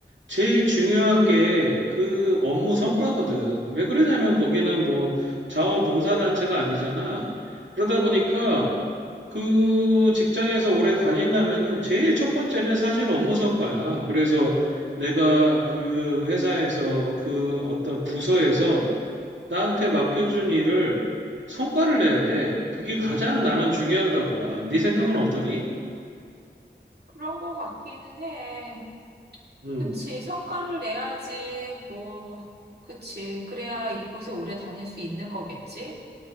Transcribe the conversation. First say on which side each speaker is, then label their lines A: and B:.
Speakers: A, on the right; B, on the right.
A: 제일 중요한 게 그 업무 성과거든. 왜 그러냐면 거기는 뭐 자원봉사단체가 아니잖아.
B: 음,
A: 그러다 보니까 그 직장에서 오래 다니려면은 제일 첫 번째는 사실 업무 성과야. 그래서 내가 그 회사에서 그 어떤 부서에서 나한테 맡겨준 일을 성과를 내야 돼. 그게 가장
B: 음.
A: 나는 중요하다고 봐. 네 생각은 어떠니?
B: 그런 거 같기는 해.
A: 음,
B: 그치. 성과를 내야지. 뭐, 그치. 그래야 이곳에 오래 다닐 수 있는 거겠지?